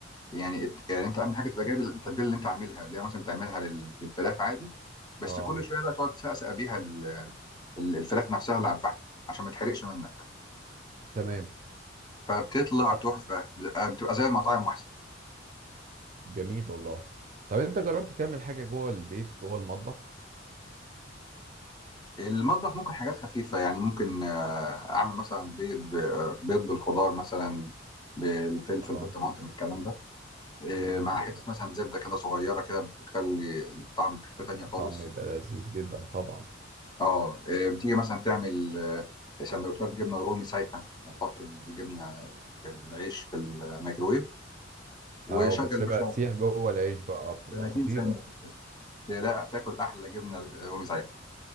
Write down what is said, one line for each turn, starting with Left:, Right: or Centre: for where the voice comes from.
Left: يعني الت- يعني انت اهم حاجه تبقى جايب التتبيله اللي انت عاملها اللي هي مثلا بتعملها لل- للفراخ عادي بس
Right: اه
Left: كل شويه بقى تقعد تسقسق بيها ال- الفراخ نفسها اللي على الفحم عشان ما تحرقش منك
Right: تمام
Left: فبتطلع
Right: طب
Left: تحفه ز- آه، بتبقى زي المطاعم واحسن
Right: جميل والله طب انت جربت تعمل حاجة جوه البيت جوه المطبخ
Left: المطبخ ممكن حاجات خفيفه يعني ممكن آه، اعمل مثلا بيض ب- آه، بيض بالخضار مثلا بالفلفل
Right: اه
Left: بالطماطم الكلام ده آه،
Right: جميل
Left: مع حته
Right: جدا
Left: مثلا زبده كده صغيره كده بتخلي الطعم في حته تانيه خالص
Right: طعم يبقى لذيذ جدا طبعا
Left: اه آه، بتيجي مثلا تعمل آه، سندوتشات جبنه رومي سايحه يعني تحط الجبنه بالعيش في الميكرويف وشغل
Right: اه وبتسيبها
Left: يا باشا
Right: تسيح جوه العيش بقى بتبقى
Left: 30
Right: خطيرة
Left: ثانيه لا تاكل احلى جبنه رومي سايحه